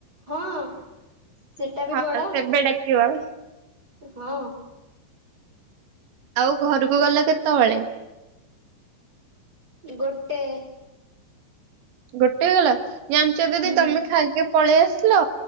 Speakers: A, on the right (about 20°); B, on the right (about 75°).
A: ହଁ ସେଟା ବି
B: ହଁ
A: ବଡ
B: ସେବେ ଡାକିବା।
A: ହଁ।
B: ଆଉ ଘରକୁ ଗଲା କେତେବେଳେ।
A: ଗୋଟେ।
B: ଗୋଟେ ଗଲା ଜାଣିଛ ଦିଦି
A: ହୁଁ
B: ତମେ ଖାଇକି ପଳେଇ ଆସିଲ